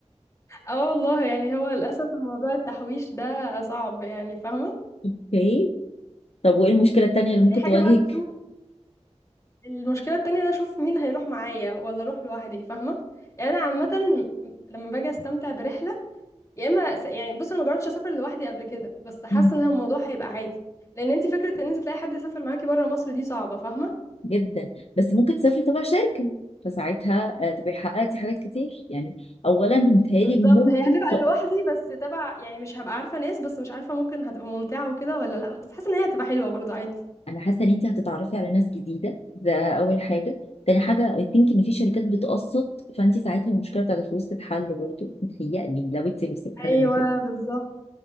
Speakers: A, on the left; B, on the left.
A: اه والله يعني هو للاسف موضوع التحويش ده صعب يعني فاهمه
B: اوكي طب وايه المشكلة التانية اللي
A: تاني
B: ممكن
A: حاجه
B: تواجهك؟
A: بقى بشوف المشكله التانية انا اشوف مين هيروح معايا ولا اروح لوحدي فاهمه يعني انا عامه لما باجي استمتع برحله يا اما س- يعني بص انا ما جربتش اسافر لوحدي قبل كده بس حاسه
B: أوكي.
A: ان هو الموضوع هيبقى عادي لان انت فكره ان انت تلاقي حد يسافر معاكي بره مصر دي صعبه فاهمه
B: جدا بس ممكن تسافري تبع شركة فساعتها آه، تبقي حققتي حاجات كتير يعني اولا متهيألي
A: بالظبط
B: ممكن
A: هي هتبقى
B: ت...
A: لوحدي بس تبع يعني مش هبقى عارفة ناس بس مش عارفة ممكن هتبقى ممتعة وكده ولا لا بس حاسة ان هي هتبقى حلوة برضو عادي
B: انا حاسه ان انت هتتعرفي على ناس جديده ده اول حاجه تاني حاجه اي ثينك ان في شركات بتقسط
A: بالظبط
B: فانت ساعتها المشكله بتاعت الفلوس تتحل برضه متهيألي لو انت نفسك في حاجه
A: ايوه
B: زي كده
A: بالظبط